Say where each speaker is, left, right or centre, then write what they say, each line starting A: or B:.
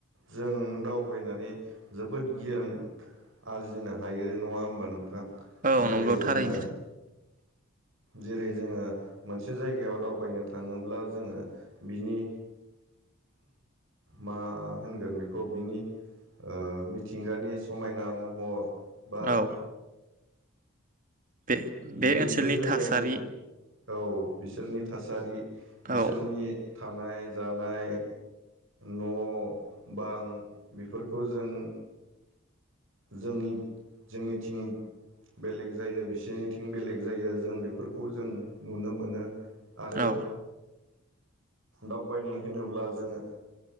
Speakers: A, on the right; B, on the right.
A: जों दाव बायनानै जोबोद गियान आरजिनो हायो नङा होमबा नोंथां।
B: औ
A: जेरै
B: नंगौ
A: जोङो
B: थारैनो
A: जेरै जोङो मोनसे जायगायाव दावबायनो थाङोब्ला जोङो बिनि मा होनगोन बेखौ बिनि ओ मिथिंगानि समायना महर बा
B: औ बे
A: बिनि
B: बे ओनसोलनि
A: बै जायगानि
B: थासारि
A: औ बिसोरनि थासारि बिसोरनि
B: औ
A: थानाय जानाय न' बां बेफोरखौ जों जोंनि जोंनिथिं बेलेग जायो बिसोरनिथिं बेलेग जायो जों बेफोरखौ जों नुनो मोनो। आरो।
B: औ
A: दावबायनाय होनोब्ला जोङो